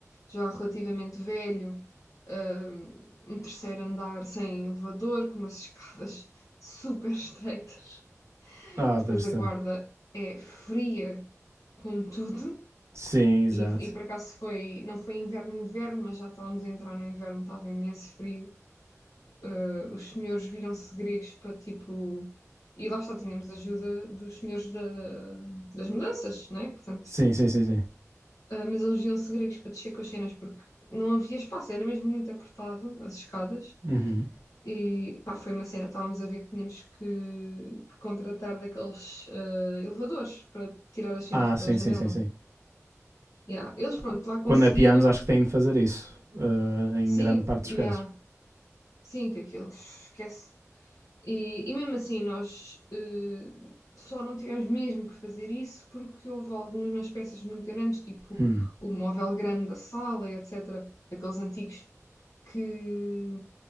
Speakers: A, on the left; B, on the right.
A: já relativamente velho, hum, um terceiro andar sem elevador, com umas escadas super estreitas.
B: Ah,
A: Depois
B: Deus
A: a
B: do
A: guarda
B: céu.
A: é fria como tudo.
B: Sim, exato.
A: E, e por acaso foi, não foi inverno, inverno, mas já estávamos a entrar no inverno, estava imenso frio eh, os senhores viram-se gregos para tipo. E lá está, tínhamos ajuda dos senhores da, da- das mudanças, né? Portanto,
B: Sim, sim, sim, sim.
A: eh, mas eles viram-se gregos para descer com as cenas porque não havia espaço, era mesmo muito apertado as escadas.
B: Uhum.
A: E pá, foi uma cena, estávamos a ver que tínhamos que, que contratar daqueles eh, elevadores para tirar as cenas
B: Ah,
A: pela
B: sim,
A: janela.
B: sim, sim, sim.
A: Yeah. Eles, pronto,
B: Qu-
A: lá conseguiram.
B: Quando é pianos, acho que têm de fazer isso. eh, em
A: Sim,
B: grande parte dos
A: yeah.
B: casos.
A: Sim, que aquilo esquece. E, e mesmo assim, nós eh, só não tivemos mesmo que fazer isso porque houve algumas peças muito grandes, tipo
B: Hum,
A: o móvel grande da sala, etc., daqueles antigos, que